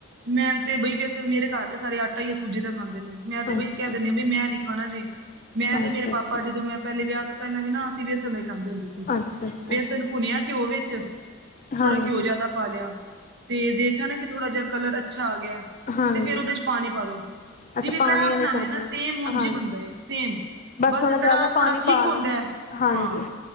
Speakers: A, on the right (about 50°); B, on the left (about 35°).
A: ਮੈਂਨ ਤੇ ਬਈ ਵੀਸੇ, ਮੇਰੇ ਕਾਰ ਤੇ ਸਾਰੇ ਆਟਾ ਈ ਉਹ ਸੂਜੀ ਦਾ ਖਾਂਦੇ ਨੇ। ਮੈਂ ਤੇ
B: ਅੱਛਾ,
A: ਬਈ ਕਹਿ ਦੇਣੀ ਆ, ਬਈ ਮੈਂ ਨੀ ਖਾਣਾ ਜੇ ਮੈਂ
B: ਅੱਛਾ,
A: ਤੇ ਮੇਰੇ ਪਾਪਾ,
B: ਅੱਛਾ,
A: ਜਦੋਂ ਮੈਂ ਪੈਲੇ ਵੇਆਹ ਤੋਂ ਪੈਲੇ ਵੀ ਨਾ, ਅਸੀਂ ਵੇਸਨ ਦਾ ਈ ਖਾਂਦੇ ਹੁੰਦੇ ਸੀ।
B: ਅੱਛਾ, ਅੱਛਾ।
A: ਵੇਸਨ ਪੁਨਿਆ ਕਿਓ ਵਿੱਚ, ਥੋੜਾ
B: ਹਾਂਜੀ,
A: ਕਿਓ ਜਆਦਾ ਪਾ ਲੇਆ। ਤੇ ਦੇਖਿਆ ਨਾ ਕਿ ਥੋੜਾ ਜਆ ਕਲਰ ਅੱਛਾ ਆ ਗਿਆ।
B: ਹਾਂਜੀ।
A: ਤੇ ਫੇਰ ਔਦੇ ਚ ਪਾਣੀ ਪਾ ਦੋ।
B: ਅੱਛਾ
A: ਜਿਵੇਂ
B: ਪਾਣੀ
A: ਕੜਾਅ
B: ਵਾਲੇ
A: ਬਣਾਨੇ
B: ਕਰਦੇ
A: ਆ ਨਾ,
B: ਹੋ
A: ਸੇਮ ਉਂਜ
B: ਹਾਂਜੀ
A: ਈ ਬੰਦਾ ਏ, ਸੇਮ। ਬਸ
B: ਥੋੜ੍ਹਾ
A: ਕੜਾਅ
B: ਜ਼ਿਆਦਾ ਪਾਣੀ
A: ਥੋੜਾ ਥੀਕ
B: ਪਾ
A: ਹੁੰਦਾ
B: ਲਓ
A: ਐ,
B: ਹਾਂਜੀ
A: ਹਾਂ।